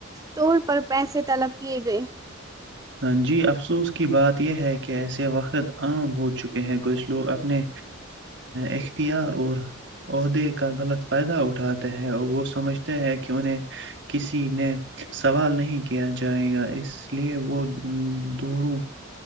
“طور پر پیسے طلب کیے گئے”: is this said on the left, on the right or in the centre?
Right